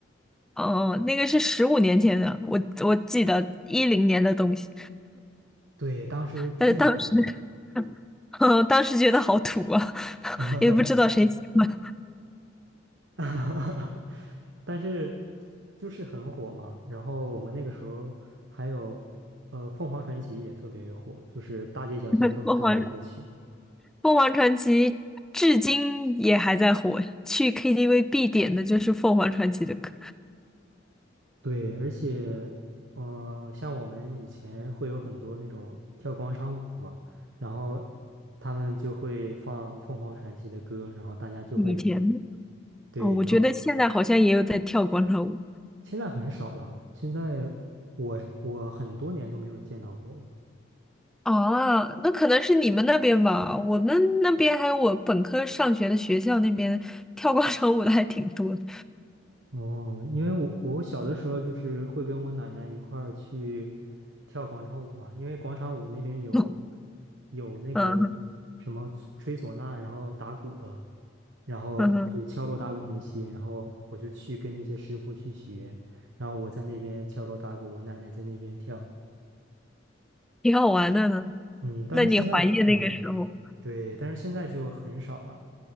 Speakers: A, in the centre; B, on the right.
A: 哦，那个是十五年前的，我我记得一零年的东西，
B: 对，当时巨火，
A: 但是当时，<laughs> 嗯，当时觉得好土啊，
B: <laughs>
A: 也不知道谁喜欢
B: <laughs> 但是就是很火嘛。然后我们那个时候还有，呃，凤凰传奇也特别火，就是大街小巷都是他们的歌曲。
A: 凤凰凤凰传奇，至今也还在火，去 KTV 必点的就是凤凰传奇的歌。
B: 对，而且，呃，像我们以前会有很多那种跳广场舞的嘛，然后他们就会放凤凰传奇的歌，然后大家就会
A: 以前呢
B: 对跳。
A: 哦，我觉得现在好像也有在跳广场舞。
B: 现在很少了，现在我我很多年都没有见到过了。
A: 啊，那可能是你们那边吧，我们那边还有我本科上学的学校那边跳广场舞的还挺多的，
B: 哦，因为我我小的时候就是会跟我奶奶一块儿去跳广场舞嘛，因为广场舞那边有
A: <laughs>
B: 有那个
A: 嗯
B: 什么吹唢呐，然后打鼓的，然后就是敲锣打鼓那些，
A: 嗯哼，
B: 然后我就去跟那些师傅去学，然后我在那边敲锣打鼓，我奶奶在那边跳，
A: 挺好玩的呢。
B: 嗯，但是现在嗯没，
A: 那你怀念那个时候？
B: 对，但是现在就很少了，